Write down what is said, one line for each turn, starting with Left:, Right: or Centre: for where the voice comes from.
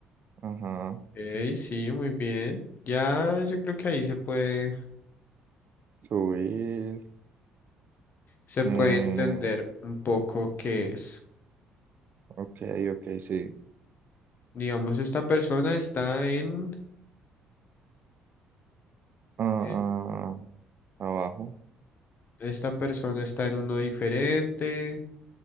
Right: Ajá.
Left: Ok, sí, muy bien. Ya yo creo que ahí se puede,
Right: Subir.
Left: se
Right: Eh,
Left: puede entender un poco qué es.
Right: ok, ok, sí.
Left: Digamos, esta persona está en,
Right: Ah, ah,
Left: en-
Right: abajo.
Left: esta persona está en uno diferente.